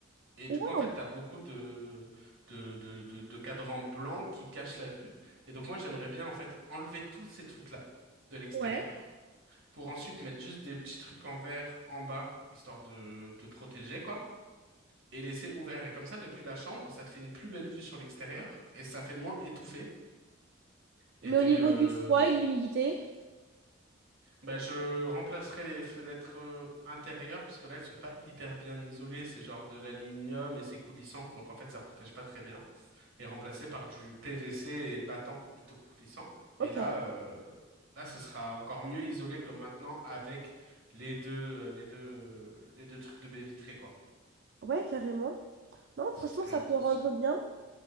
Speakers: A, on the right; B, on the right.
A: Et du
B: Waouh!
A: coup, en fait, t'as beaucoup de, de, de, de, de cadrans blancs qui cachent la vue. Et donc, moi, j'aimerais bien, en fait, enlever tous ces trucs-là de l'extérieur
B: Ouais.
A: pour ensuite mettre juste des petits trucs en verre en bas, histoire de, de protéger, quoi. Et laisser ouvert. Et comme ça, depuis la chambre, ça te fait une plus belle vue sur l'extérieur et ça fait moins étouffé. Et
B: Mais
A: puis,
B: au niveau
A: euh,
B: du froid et de l'humidité?
A: Bah, je remplacerai les fenêtres euh, intérieures parce que là, elles sont pas hyper bien isolées. C'est genre de l'aluminium et c'est coulissant. Donc, en fait, ça protège pas très bien. Et remplacer par du PVC et battant plutôt que coulissant. Et
B: Ok.
A: là, euh, là, ce sera encore mieux isolé que maintenant avec les deux, euh, les deux, les deux trucs de baie vitrée, quoi.
B: Ouais, carrément. Non,
A: Et
B: franchement,
A: Ce serait
B: ça
A: atroce.
B: peut rendre bien.